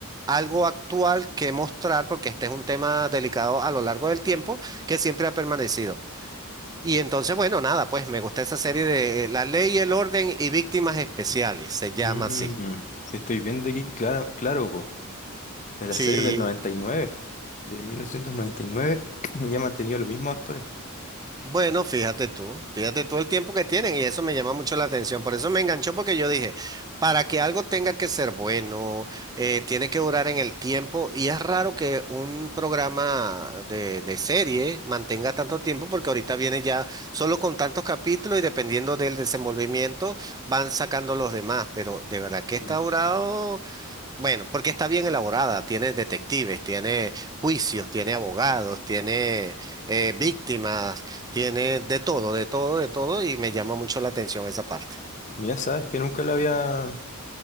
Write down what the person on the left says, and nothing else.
Mm,
sí, estoy viendo aquí, claro, claro, po. En la
serie del 99, de 1999, <clears throat> ya han mantenido los mismos actores.
Mm.
Mira, sabes que nunca la había,